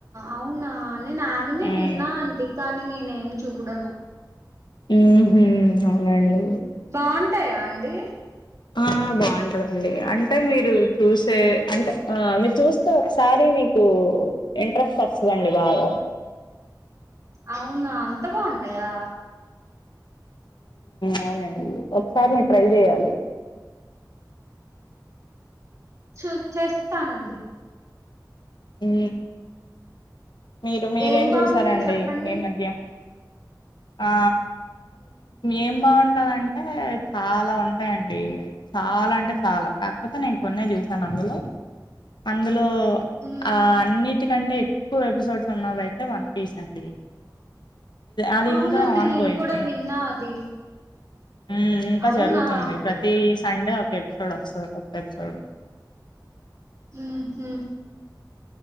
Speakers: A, on the right (about 45°); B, on the left (about 80°).
A: అవునా నేను ఆనిమి
B: ఉమ్
A: విన్నా అండి నేనే ఏం చూడను
B: ఉహూ అవునండి
A: బాగుంటాయా అండి
B: ఆ బాగుంటదండి అంటే మీరు చూసే అంటే ఆ మీరు చూస్తే ఒకసారి మీకు ఇంట్రెస్ట్ వస్తుందండి బాగా
A: అవునా అంత బాగుంటాయా
B: అవునండి ఒకసారి మీ ట్రై చేయాలి
A: చూ చేస్తానండి
B: ఉ మీరు మీరేం
A: ఏం బాగుంటాయి
B: చూసారండి
A: చెప్పండి
B: ఈ మధ్య ఆ ఏం బాగుంటందంటే చాలా ఉంటాయండి చాలా అంటే చాలా కాకపోతే నేను కొన్నే చూసాను అందులో అందు లో
A: ఉమ్
B: ఆ అన్నిటికంటే ఎపిసోడ్స్ ఉన్నదయితే వన్ పీస్ అండి అది
A: అవునండి
B: ఇంకా ఆన్కో
A: నేను
B: ఇంగ్
A: కూడా
B: ఏ
A: విన్నా అది
B: ఉమ్ ఇంకా
A: అవునా
B: జరుగుతుంది ప్రతి సండే ఒక ఎపిసోడ్ వస్తుంది కొత్త ఎపిసోడ్
A: ఉహూ